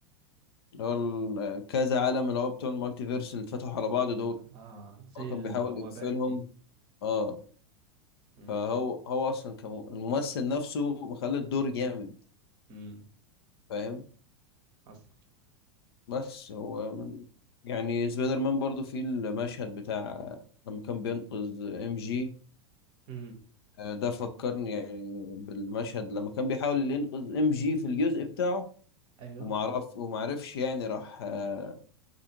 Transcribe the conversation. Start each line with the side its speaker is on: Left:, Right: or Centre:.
Left: اللي هو ال- كذا عالم اللي هو بتوع المالتيفيرس اللي اتفتحوا على بعض دول
Right: اه, آه زي
Left: هو كان
Right: البوابات
Left: بيحاول يقفلهم
Right: دي
Left: اه
Right: امم
Left: فهو هو اصلا كم- الممثل نفسه مخلي الدور جامد
Right: امم
Left: فاهم
Right: حصل
Left: بس هو من يعني سبايدر مان برضو في المشهد بتاع لما كان بينقذ ام جي
Right: امم
Left: آه، ده فكرني يعني بالمشهد لما كان بيحاول ينقذ ام جي في الجزء بتاعه
Right: ايوه
Left: ومعرف ومعرفش يعني راح آه،